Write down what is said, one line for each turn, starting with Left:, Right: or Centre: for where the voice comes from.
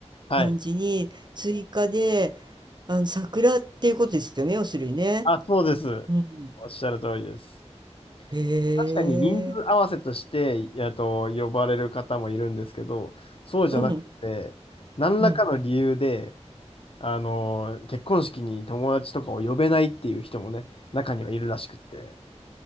Left: はい。
Right: 感じに追加で、あの桜っていうことですよね、要するにね。
Left: あ、そうです。
Right: うん。
Left: おっしゃる通りです。
Right: へえ。
Left: 確かに人数合わせとして、えっと、呼ばれる方もいるんですけど、そうじゃなくて、
Right: うん。
Left: 何らかの理由で、
Right: うん。
Left: あの、結婚式に友達とかを呼べないっていう人もね、中にはいるらしくって。